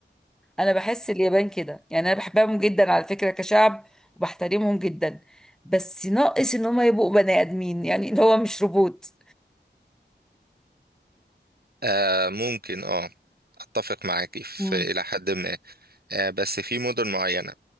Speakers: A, in the centre; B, on the right.
A: انا بحس اليابان كده يعني انا بحبهم جدا على فكرة كشعب وبحترمهم جدا بس ناقص ان هم يبقوا بني ادمين يعني اللي هو مش روبوت
B: آه ممكن اه أتفق معاكي في
A: مم.
B: إلى حد ما آه بس في مدن معينة